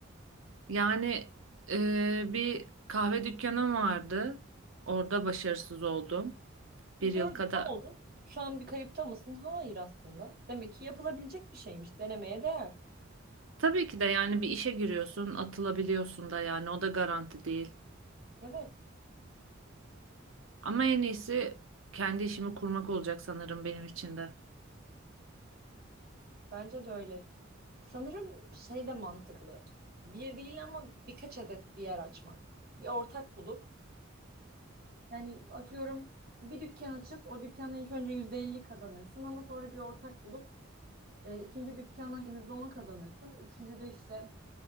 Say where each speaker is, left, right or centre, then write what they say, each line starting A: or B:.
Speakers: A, on the right; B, on the right.
A: Yani e, bir kahve dükkanım vardı. Orada başarısız oldum.
B: E,
A: Bir
B: gördün
A: yıl kadar
B: ne oldu? Şu an bir kayıpta mısın? Hayır aslında. Demek ki yapılabilecek bir şeymiş. Denemeye değer.
A: Tabii ki de yani bir işe giriyorsun, atılabiliyorsun da yani o da garanti değil.
B: Evet
A: Ama en iyisi kendi işimi kurmak olacak sanırım benim için de.
B: bence de öyle. Sanırım şey de mantıklı. Bir değil ama birkaç adet bir yer açmak. Bir ortak bulup Yani atıyorum bir dükkan açıp o dükkanla ilk önce %50 kazanırsın ama sonra bir ortak bulup e, ikinci dükkandan %10 kazanırsın. üçüncüde işte